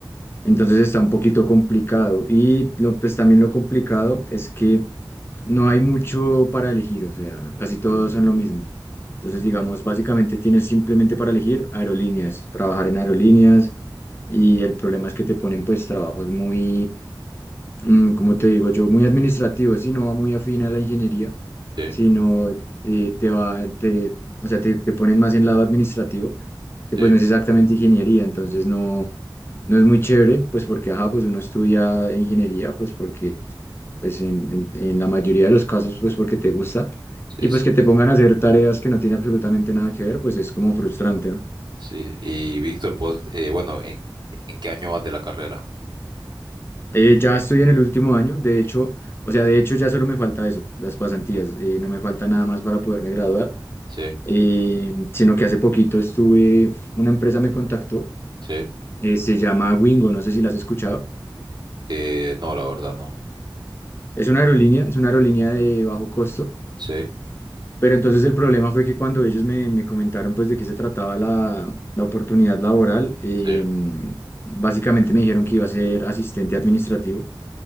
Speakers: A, on the left (about 30°); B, on the right (about 60°).
A: Entonces está un poquito complicado. Y lo, pues también lo complicado es que no hay mucho para elegir, o sea, casi todos son lo mismo. Entonces, digamos, básicamente tienes simplemente para elegir aerolíneas, trabajar en aerolíneas y el problema es que te ponen pues trabajos muy, mm, como te digo yo, muy administrativos y no va muy afín a la ingeniería,
B: sí,
A: sino eh, te va, te, o sea, te, te ponen más en lado administrativo, que
B: sí,
A: pues no es exactamente ingeniería, entonces no no es muy chévere, pues porque, ajá, pues uno estudia ingeniería, pues porque, pues en, en- en la mayoría de los casos, pues porque te gusta,
B: sí,
A: y pues
B: sí.
A: que te pongan a hacer tareas que no tienen absolutamente nada que ver, pues es como frustrante, ¿no?
B: Sí, y Víctor, pues, eh, bueno, ¿en, en qué año vas de la carrera?
A: Eh, ya estoy en el último año, de hecho, o sea, de hecho ya solo me falta eso, las pasantías, eh, no me falta nada más para poderme graduar,
B: Sí,
A: eh, sino que hace poquito estuve, una empresa me contactó,
B: sí.
A: eh, se llama Wingo, no sé si la has escuchado,
B: Eh, no, la verdad no.
A: es una aerolínea, es una aerolínea de bajo costo
B: Sí,
A: Pero entonces el problema fue que cuando ellos me, me comentaron pues de qué se trataba la, la oportunidad laboral, em,
B: sí.
A: básicamente me dijeron que iba a ser asistente administrativo,